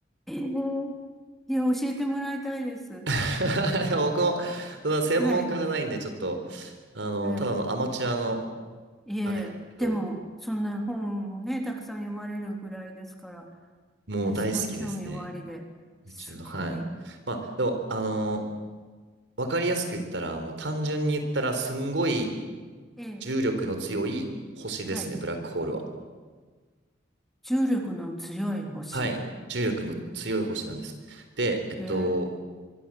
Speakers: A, in the centre; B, on the right.
A: ええ。いや、教えてもらいたいです。
B: <laughs> でも僕も、その専門家じゃないんで、
A: はい。
B: ちょっと、あの、
A: ええ。
B: ただのアマチュアの、
A: いえ、
B: あれですけど、
A: でも、そんな本をね、たくさん読まれるぐらいですから、
B: もう大好きですね。
A: ね、すごい興味おありで、
B: うちは、
A: すごい。
B: はい。まあ、でも、あの、わかりやすく言ったら、もう単純に言ったら、すんごい
A: ええ。
B: 重力の強い星ですね、
A: はい。
B: ブラックホールは。
A: 重力の強い星。
B: はい。重力の強い星なんです。で、えっと、
A: へえ。